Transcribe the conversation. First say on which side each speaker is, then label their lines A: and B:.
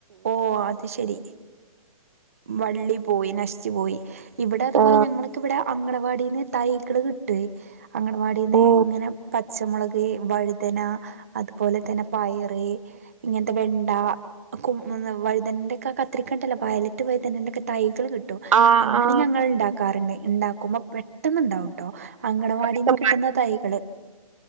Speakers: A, on the right; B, on the right.
A: ഓ അത് ശരി വള്ളി പോയി ന ന പോയി ഇവിടെ അതുപോലെ
B: ആ.
A: ഞങ്ങക്ക് ഇവിടെ അ വാടിന്ന് തൈകള് കിട്ടുഎ അംഗണവാടീന്ന്
B: ഉം.
A: ഇങ്ങനെ പച്ചമുളക് വഴുതന അതുപോലെ തന്നെ പയറ് ഇങ്ങനത്തെ വെണ്ട കും വഴുതനന്റെക്കെ കത്രിക്കണ്ടല്ലോ വയലറ്റ് വൈതനന്റക്കെ തൈ കൾ കിട്ടോ
B: ആ
A: അങ്ങനെ
B: ആ.
A: ഞങ്ങൾ ഉണ്ടാക്കാറുണ്ട് ഇണ്ടാക്കുമ്പോ പെട്ടെന്ന് ഇണ്ടാകുട്ടോ അങ്കണവാടിന്ന്
B: അടുത്ത മ-
A: കിട്ടുന്ന തൈകള്